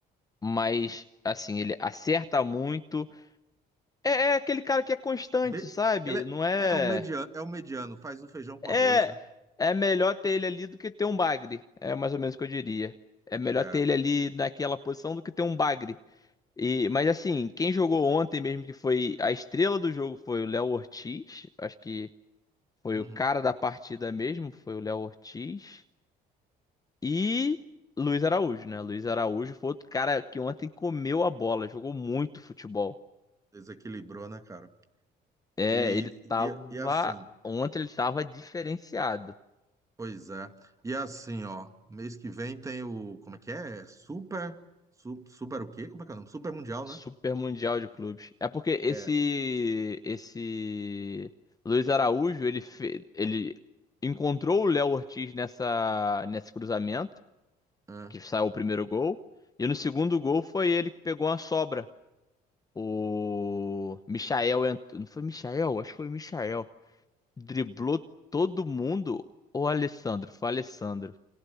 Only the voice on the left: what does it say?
mas assim, ele acerta muito. É, é aquele cara que é constante,
sabe?
Não é.
É.
É melhor ter ele ali do que ter um bagre. É mais ou menos o que eu diria. É melhor
ter ele ali naquela posição do que ter um bagre. E, mas assim, quem jogou ontem mesmo que foi a estrela do jogo foi o Léo Ortiz. Acho que foi
o cara da partida mesmo, foi o Léo Ortiz. E Luiz Araújo, né? Luiz Araújo foi outro cara que ontem comeu a bola, jogou muito futebol.
É,
ele
tava.
Ontem ele tava diferenciado.
Super
Mundial de Clubes. É porque esse.
Esse. Luiz Araújo, ele, fe- ele encontrou o Léo Ortiz nessa... nesse cruzamento,
que saiu o primeiro gol. E no segundo gol foi ele que pegou uma sobra. O Michael entrou. Não foi Michael? Acho que foi Michael. Driblou todo mundo. Ou Alessandro? Foi Alessandro.